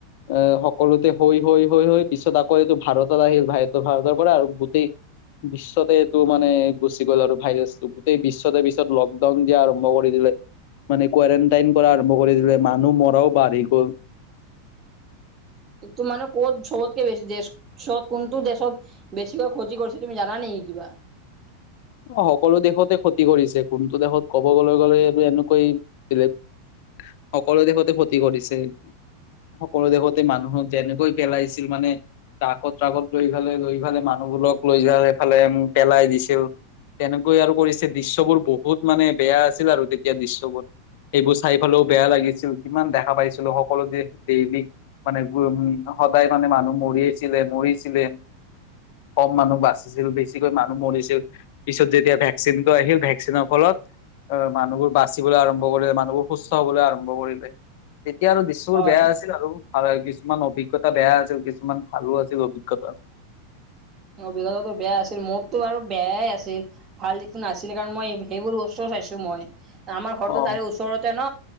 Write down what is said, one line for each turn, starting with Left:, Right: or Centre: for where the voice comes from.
Left: এ সকলোতে হৈ হৈ হৈ হৈ পিছত আকৌ এইটো ভাৰতত আহিল ভাই। ভাৰতৰ পৰা আৰু গোটেই বিশ্বতে এইটো মানে গুচি গ'ল আৰু ভাইৰাছটো গোটেই বিশ্বতে পিছত লকডাউন দিয়া আৰম্ভ কৰি দিলে। মানে কোৱাৰেণ্টাইন কৰা আৰম্ভ কৰি দিলে মানুহ মৰাও বাঢ়ি গ'ল।
Right: তু মানে ক'ত চবতকে বেছি দেশ, চত কোনটো দেশত বেছিকভৈ ক্ষতি কৰিছে তুমি জানানি? কি কিবা?
Left: <unintelligible> সকলো দেশতে ক্ষতি কৰিছে, কোনটো দেশত ক'ব গলে গ'লেটো এনেকৈ বেলেগ সকলো দেশতে ক্ষতি কৰিছে। সকলো দেশতে মানুহক যেনেকৈ পেলাইছিল মানে ট্ৰাকত ট্ৰাকত লৈ ফেলে লৈ ফালে মানুহ বুলক লৈ যাই সেফালে মোক পেলাই দিছিল। তেনেকৈ আৰু কৰিছে দৃশ্যবোৰ বহুত মানে বেয়া আছিল আৰু তেতিয়া দৃশ্যবোৰ। সেইবোৰ চাই পালেও বেয়া লাগিছিল কিমান দেখা পাইছিলো সকলো ডেইলি মানে উম। সদায় মানে মানুহ মৰিয়েছিলে মৰিছিলে। কম মানুহ বাচিছিল, বেছিকৈ মানুহ মৰিছিল। পিছত যেতিয়া ভেকচিনটো আহিল, ভেকচিনৰ ফলত আহ মানুহবোৰ বাচিবলৈ আৰম্ভ কৰিলে, মানুহবোৰ সুস্থ হবলৈ আৰম্ভ কৰিলে। তেতিয়া আৰু দৃশ্যবোৰ
Right: হয়
Left: বেয়া আছিল আৰু। আৰে কিছুমান অভিজ্ঞতা বেয়া আছিল কিছুমান ভালো আছিল অভিজ্ঞতা।
Right: অভিজ্ঞতাটো বেয়া আছিল, মোৰতো আৰু বেয়াই আছিল ভাল যিটো নাছিলে কাৰণ মই সেইবোৰ উচ্চ ভাবিছো মই, আমাৰ ঘৰটো
Left: অ
Right: তাৰে ওচৰতে ন